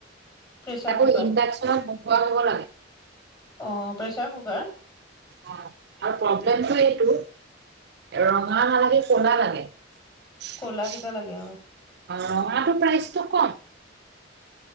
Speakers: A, on the left (about 20°); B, on the right (about 60°).
A: প্ৰেচাৰ
B: তাকো
A: কুকাৰ
B: ইন্ডাকচন ৱাদ হ'ব লাগে।
A: অ', প্ৰেচাৰ কুকাৰ।
B: অ আৰু প্ৰব্লেমটো এইটো ৰঙা নালাগে কলা লাগে অ
A: ক'লা কেইটা লাগে
B: আৰু প্ৰাইচটো কম